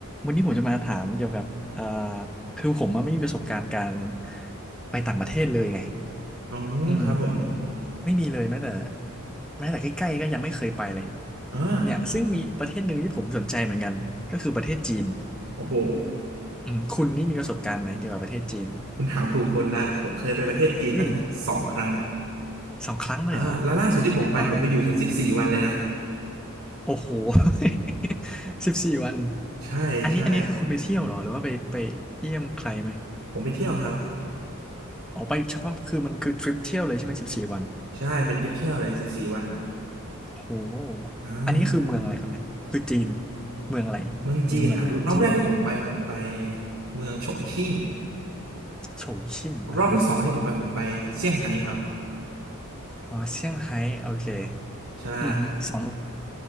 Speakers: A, in the centre; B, on the right.
A: วันนี้ผมจะมาถามเกี่ยวกับเอ่อคือผมอะไม่มีประสบการณ์การไปต่างประเทศเลยไง
B: อ๋อครับผม
A: อืมไม่มีเลยแม้แต่แม้แต่ใกล้ๆก็ยังไม่เคยไปเลย
B: อ่า
A: เนี่ยซึ่งมีประเทศหนึ่งที่ผมสนใจเหมือนกันก็คือประเทศจีน
B: โอ้โห
A: อืมคุณนี่มีประสบการณ์ไหมเกี่ยวกับประเทศจีน
B: คุณถามถูกคนละผมเคยไปประเทศจีนตั้งสองครั้ง
A: เฮ้ยสองครั้งเลยเหรอ
B: อ่าแล้วล่าสุดที่ผมไปผมไปอยู่ถึงสิบสี่วันเลยนะ
A: ว้าวโอ้โห <laughs> สิบสี่วัน
B: ใช่ใช่
A: อันนี้อันนี้คือคุณไปเที่ยวเหรอหรือว่าไปไปเยี่ยมใครไหม
B: ผมไปเที่ยวครับ
A: ออกไปเฉพาะคือมันคือทริปเที่ยวเลยใช่ไหมสิบสี่วัน
B: ใช่เป็นทริปเที่ยวเลยสิบสี่วัน
A: โอ้
B: อ่า
A: อันนี้คือเมืองอะไรครับเนี่ยคือจีน เมืองอะไร
B: เมืองจีนอ่ะรอบแรกที่ผมไปผมไป
A: มีเมืองไหมจีน
B: เมืองฉงชิ่ง
A: โฉชิ่งอ่ะฮะ
B: รอบที่สองที่ผมไปผมไปเซี่ยงไฮ้ครับ
A: อ๋อเซี่ยงไฮ้โอเค
B: ใช่
A: อือหือสอง